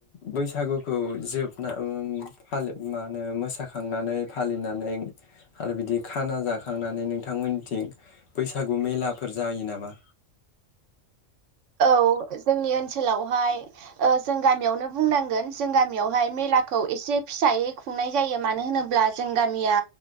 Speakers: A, on the left; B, on the right.
A: बैसागुखौ जोबना ओम फालि ओ मा होनो मोसाखांनानै फालिनानै आरो बिदि खाना जाखांनानै नोंथांमोननिथिं बैसागु मेलाफोर जायो नामा?
B: औ जोंनि ओनसोलावहाय ओ जों गामियावनो बुंनांगोन जों गामियावहाय मेलाखौ एसे फिसायै खुंनाय जायो मानो होनोब्ला जों गामिया